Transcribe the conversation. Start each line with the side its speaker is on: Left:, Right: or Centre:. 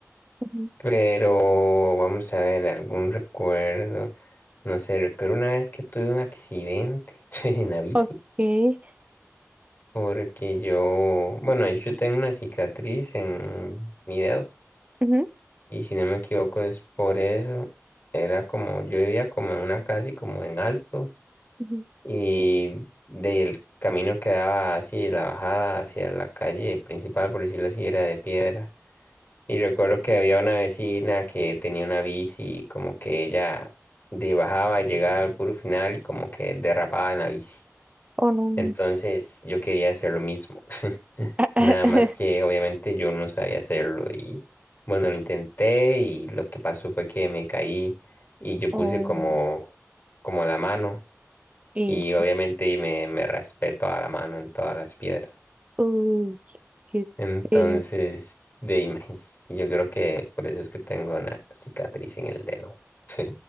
Right: ujú.
Left: pero vamos a ver, algún recuerdo, no sé, recuerdo una vez que tuve un accidente <laughs> en la bici.
Right: Ok.
Left: Porque yo, bueno, de hecho, yo tengo una cicatriz en mi dedo.
Right: Ujú,
Left: Y si no me equivoco es por eso. Era como, yo vivía como en una casa y como en alto.
Right: ujú.
Left: Y del camino que daba así, la bajada hacia la calle principal, por decirlo así, era de piedra. Y recuerdo que había una vecina que tenía una bici, y como que ella de bajaba, llegaba al puro final y como que derrapaba en la bici.
Right: Oh, no.
Left: Entonces yo quería hacer lo mismo. <laughs>
Right: <laughs>
Left: Nada más que obviamente yo no sabía hacerlo y bueno, lo intenté y lo que pasó fue que me caí y yo
Right: Oh,
Left: puse como, como la mano
Right: y
Left: y
Right: fue-
Left: obviamente me, me raspé toda la mano en todas las piedras.
Right: uy, qué
Left: Entonces,
Right: feo.
Left: de imagen, yo creo que por eso es que tengo una cicatriz en el dedo. <laughs> Sí,